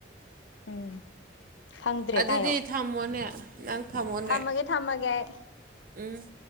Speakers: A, on the left; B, on the right.
A: ꯎꯝ꯫ ꯈꯪꯗ꯭ꯔꯦ
B: ꯑꯗꯨꯗꯤ
A: ꯀꯥꯏꯌꯣ
B: ꯊꯝꯃꯣꯅꯦ ꯅꯪ ꯊꯝꯃꯣꯅꯦ꯫
A: ꯊꯝꯃꯒꯦ ꯊꯝꯃꯒꯦ ꯑꯩ꯫
B: ꯎꯝ꯫